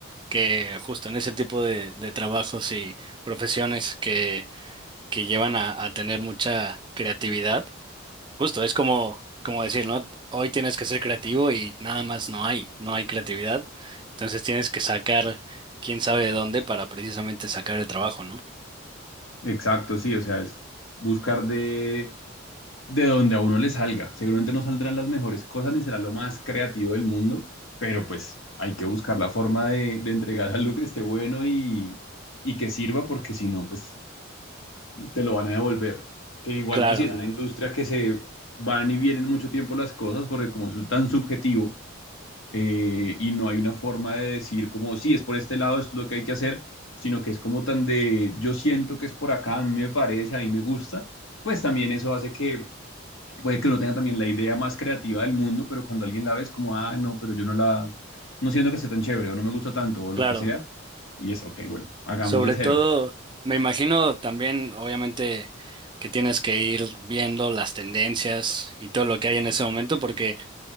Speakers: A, on the right; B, on the left.
A: que justo en ese tipo de, de trabajos y profesiones que, que llevan a, a tener mucha creatividad, justo es como, como decir, ¿no? Hoy tienes que ser creativo y nada más no hay, no hay creatividad. Entonces tienes que sacar quién sabe de dónde para precisamente sacar el trabajo, ¿no?
B: Exacto, sí, o sea, es buscar de, de donde a uno le salga. Seguramente no saldrán las mejores cosas ni será lo más creativo del mundo, pero pues hay que buscar la forma de, de entregar <laughs> algo que esté bueno y, y que sirva, porque si no, pues te lo van a devolver. Que igual,
A: Claro,
B: pues si es una Claro. industria que se van y vienen mucho tiempo las cosas, porque como es tan subjetivo eh, y no hay una forma de decir como, sí, es por este lado, es lo que hay que hacer, sino que es como tan de, yo siento que es por acá, a mí me parece, a mí me gusta, pues también eso hace que puede que uno tenga también la idea más creativa del mundo, pero cuando alguien la ve es como, ah, no, pero yo no la, no siento que sea tan chévere o no me gusta tanto o lo
A: claro.
B: que sea. Y es, ok, bueno, hagamos
A: Sobre
B: de cero.
A: todo, me imagino también, obviamente, que tienes que ir viendo las tendencias y todo lo que hay en ese momento, porque